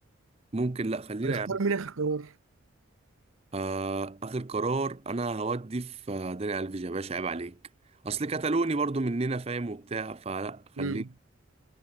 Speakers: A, on the right; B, on the right.
A: ممكن لا خلينا
B: هيختار
A: يا عم
B: مين اختار
A: آه اخر قرار انا هودي في آه، داني الفيج يا باشا عيب عليك اصل كتالوني برضو مننا فاهم وبتاع فلا خلينا
B: امم